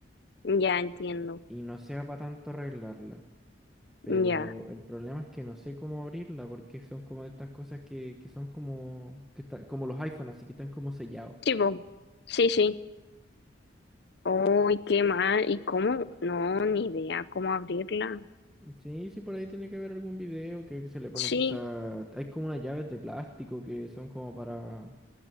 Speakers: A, on the left; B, in the centre.
A: Ya entiendo.
B: y no sea para tanto arreglarla. Pero
A: Ya.
B: el problema es que no sé cómo abrirla porque son como de estas cosas que, que son como, que está- como los iPhones, así que están como sellados.
A: Sí, po. Sí, sí. Oh, qué mal. ¿Y cómo? No, ni idea cómo abrirla.
B: Sí, sí, por ahí tiene que haber algún video que, que se le pone
A: Sí.
B: quizá... Hay como unas llaves de plástico que son como para,